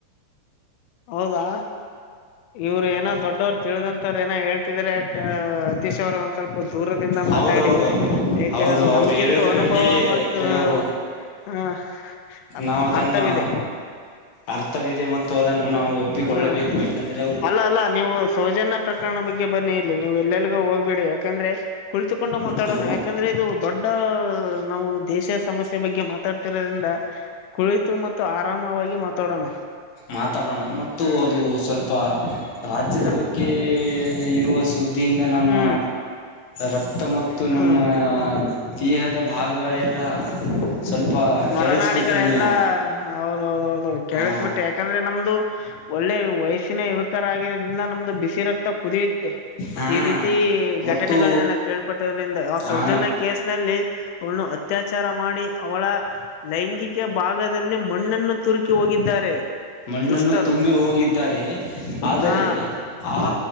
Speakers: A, on the left; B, on the left.
A: ಹೌದಾ. ಇವರು ಏನು ದೊಡ್ಡವರು ತಿಳಿದಂತರ ಏನೋ ಹೇಳ್ತಿದ್ರ ಹಾ ಅತೀಶ್ ಅವ್ರು ಒಂದ್ ಸ್ವ ದೂರದಿಂದ
B: ಹೌದೌದೌದು
A: ಮಾತಾಡಿ ಏಕೇನ
B: ಹೌದು
A: ನಮ್ಕಿಂತೂ
B: ಅವ್ರು ಹೇಳುದ್ರಲ್ಲಿ
A: ಅನುಭವ ಮತ್ತು.
B: ಕೆಲವು
A: ಹ ಅಪ್ಪ
B: ನಾವು ಅದನ್ನು
A: ಅರ್ಥವಿದೆ.
B: ಅರ್ಥವಿದೆ ಮತ್ತು ಅದನ್ನು
A: ಹ್ಮ
B: ನಾವು ಒಪ್ಪಿಕೊಳ್ಳಬೇಕು
A: ಹ್ಮ
B: ಯಾಕಂದ್ರೆ ಅವರ
A: ಅಲ್ಲ ಅಲ್ಲ ನೀವು ಸೌಜನ್ಯ ಪ್ರಕರಣ ಬಗ್ಗೆ ಬನ್ನಿ ಇಲ್ಲಿ ನೀವು ಎಲ್ಲೆಲ್ಗೂ ಹೋಗ್ಬಿಡಿ ಯಾಕಂದ್ರೆ ಕುಚಕು. ಕೊಂಡು ಮಾತಾಡೋಣ
B: ಅವರು
A: ಯಾಕಂದ್ರೆ ಇದು ದೊಡ್ಡ ನಾವು ದೇಶ ಸೇವೆ ಸಮಸ್ಯೆ ಬಗ್ಗೆ ಮಾತಾಡ್ತಿರೋದ್ರಿಂದ ಕುಳಿತು ಮತ್ತು ಆರಾಮವಾಗಿ ಮಾತಾಡೋಣ.
B: ಮಾತಾಡೋಣ ಮತ್ತು
A: ಹ್ಮ
B: ಅದು ಸ್ವಲ್ಪ ರಾಜ್ಯದ ಬಗ್ಗೆ ಇರುವ ಬುದ್ದಿಯಿಂದ ನಮ್ಮ
A: ಹ್ಮ್
B: ರಕ್ತ ಮತ್ತು
A: ಹ್ಮ
B: ನಮ್ಮ ದೇಹ ದ ಭಾಗಗಳೆಲ್ಲ ಸ್ವಲ್ಪ
A: ನರನಾಡಿಗಳೆಲ್ಲಾ
B: ಕೆೇಳಿಸಬಿಟ್ರಿ ನೀವು.
A: ಹೌದೌದೌದು ಕೇಳಿಸ್ಬಿಟ್ಟೇ
B: ಹಾ
A: ಯಾಕಂದ್ರೆ ನಮ್ದು ಒಳ್ಳೆ ವಯಸ್ಸ. ಬಸಿನ ಯುವಕರ ಆಗಿದ್ರಿಂದ ನಮ್ದು ಬಿಸಿ ರಕ್ತ ಕುದಿಯುತ್ತೆ.
B: ಹಾ
A: ಈ ರೀತಿ
B: ಮತ್ತು
A: ಘಟನೆಗಳನೆೆಲ್ಲ ಕೇಳ್ಪಟ್ಟೋದ್ರಿಂದ ಆ
B: ಹಾ
A: ಸೌಜನ್ಯ ಕೇಸ್ ನಲ್ಲಿ. ಅವಳನು ಅತ್ಯಾಚಾರ ಮಾಡಿ ಅವಳ ಲೈಂಗಿಕ ಭಾಗದಲ್ಲಿ ಮಣ್ಣನ್ನು ತುರುಕಿ ಹೋಗಿದ್ದಾರೆ.
B: ಮಣ್ಣನ್ನು
A: ದುಷ್ಟರು
B: ತುಂಬಿ ಹೋಗಿದ್ದಾರೆ ಆದರೆ
A: ಹಾ
B: ಆ